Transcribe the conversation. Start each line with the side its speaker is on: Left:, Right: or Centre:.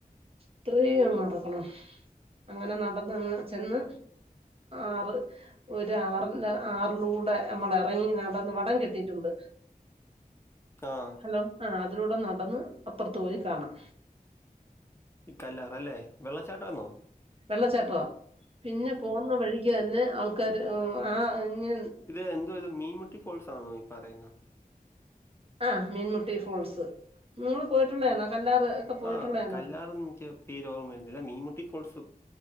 Right: ഇത്രയും അങ്ങ് നടക്കണോ അങ്ങനെ നടന്ന്ന്ന് ചെന്ന് ആറ് ഒരു ആറിന്റെ ആറിലൂടെ നമ്മള ഇറങ്ങി നടന്ന് വടം കെട്ടിയിട്ടുണ്ട്
Left: ആഹ്
Right: ഹലോ ആഹ് അതിലൂടെ നടന്ന് അപ്പുറത്ത് പോയി കാണാം
Left: ഈ കല്ലാർ അല്ലേ വെള്ളച്ചാട്ടം ആണോ
Right: വെള്ളച്ചാട്ട പിന്നെ പോകുന്ന വഴിക്ക് തന്നെ ആൾക്കാർ ആ ഇങ്
Left: ഇത് ന്റെ ഒരു മീൻമുട്ടി ഫോൾസ് ആണോ ഈ പറയുന്നത്
Right: ആഹ് മീൻമുട്ടി ഫോൾസ് നിങ്ങള്ൾ പോയിട്ടുള്ളേന്നോ കല്ലാറ് ഒക്കെ പോയിട്ടുള്ളതാണോ
Left: ആഹ് കല്ലാറന്ന് എനിക്ക് പേര് ഓർമ്മ വരുന്നില്ല മീൻമുട്ടി ഫോൾസും